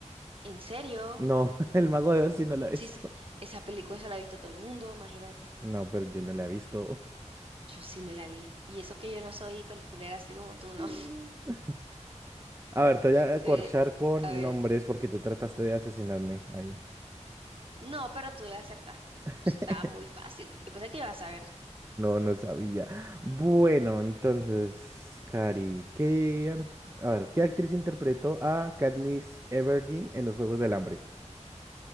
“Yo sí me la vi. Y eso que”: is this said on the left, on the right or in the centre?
Right